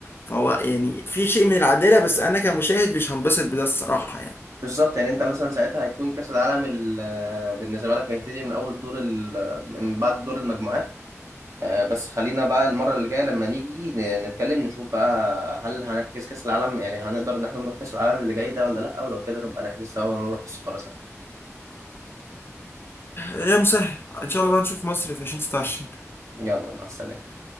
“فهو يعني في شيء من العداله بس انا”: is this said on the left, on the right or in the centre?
Left